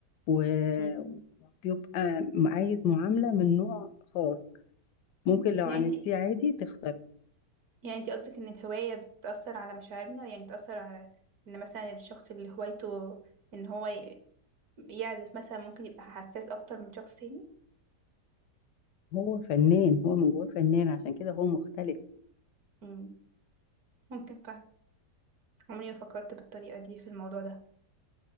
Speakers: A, on the left (about 80°); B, on the right (about 65°).
A: و-
B: مم.
A: وبيبقى عايز معاملة من نوع خاص ممكن لو
B: يعني
A: عملتيه
B: انت
A: عادي تخسري
B: يعني انت قصدك ان الهوايه بتاثر على مشاعرنا يعني بتاثر على ان مثلا الشخص اللي هوايته ان هو ي- يعزف مثلا ممكن يبقى حساس اكتر من شخص تاني
A: هو فنان هو من جواه فنان عشان كده هو مختلف
B: مم. ممكن عمري ما فكرت بالطريقة دي في الموضوع ده